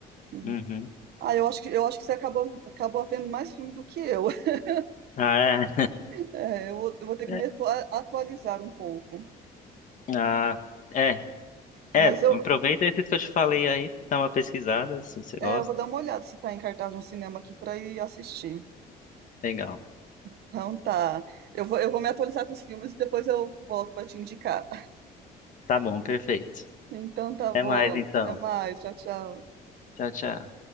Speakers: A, on the right; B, on the left.
A: Uhum.
B: Uhum.
A: Ah, eu acho que, eu acho que você acabou, acabou vendo mais filme do que eu. <laughs>
B: Ah,
A: É, eu vou, eu vou ter que
B: é.
A: me
B: É.
A: atua- atualizar um pouco.
B: Ah, é.
A: Mas
B: É,
A: eu,
B: aproveita esses que eu te falei aí, dá uma pesquisada, se você gosta.
A: é, eu vou dar uma olhada se tá em cartaz no cinema aqui pra ir assistir.
B: Legal.
A: Então tá. Eu vou, eu vou me atualizar com os filmes e depois eu volto pra te indicar.
B: Tá bom, perfeito.
A: Então tá
B: Até
A: bom.
B: mais então.
A: Até mais. Tchau, tchau.
B: Tchau, tchau.